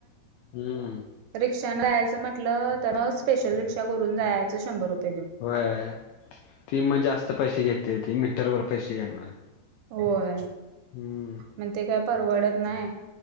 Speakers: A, on the left (about 90°); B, on the right (about 80°).
A: हुं
B: रिक्षाने जायचं म्हटलं तर ना स्पेशल रिक्षा करून जायचं शंभर रुपये देऊन.
A: होय ती मग जास्त पैसे घेते ती मीटर वर पैसे घेणार.
B: होय
A: हम्म
B: म ते काय परवडत नाही